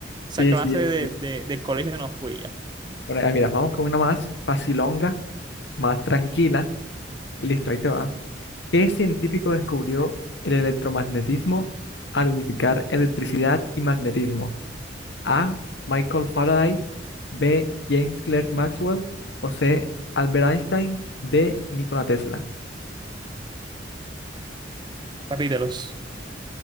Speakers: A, on the right; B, on the left.
A: Esa
B: sí,
A: clase
B: sí.
A: de,
B: sí.
A: de, del colegio no fui ya.
B: Bueno, ah, mira, vamos con una más facilonga, más tranquila. Listo, ahí te va. ¿Qué científico descubrió el electromagnetismo al unificar electricidad y magnetismo? A. Michael Faraday, B. James Clerk Maxwell o C. Albert Einstein, D. Nikola Tesla.
A: Capítulos.